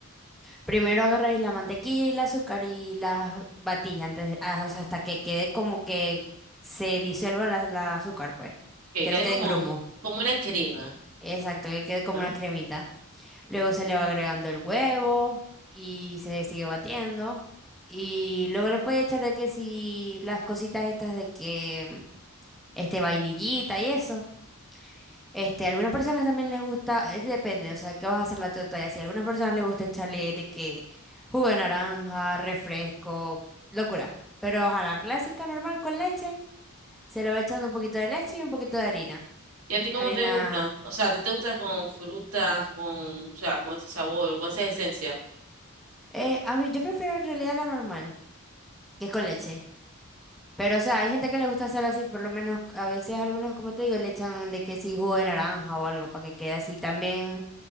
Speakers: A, in the centre; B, on the right.
A: primero agarráis la mantequilla y el azúcar y las batís antes, de- ah, o sea, hasta que quede como que se disuelva la, la azúcar, pues,
B: Que
A: que
B: quede
A: no quede
B: como,
A: en grumo,
B: como una crema.
A: exacto, que quede como
B: Ajá.
A: una cremita. Luego se le va agregando el huevo y se le sigue batiendo y luego le puedes echar de que si las cositas estas de que, mm, este, vainillita y eso. Este, a algunas personas también les gusta, es depende, o sea, qué vas a hacer la torta y así. A algunas personas les gusta echarle de que jugo de naranja, refresco, locura. Pero a la clásica normal con leche, se le va echando un poquito de leche y un poquito de harina.
B: ¿Y a ti cómo
A: Harina,
B: te gusta? O sea, ¿a ti te gusta con frutas, con, o sea, con ese sabor, con esa esencia?
A: eh, a mí, yo prefiero en realidad la normal, que es con leche. Pero, o sea, hay gente que les gusta hacerlo así, por lo menos a veces algunos, como te digo, le echan de que sí jugo de naranja o algo para que quede así. También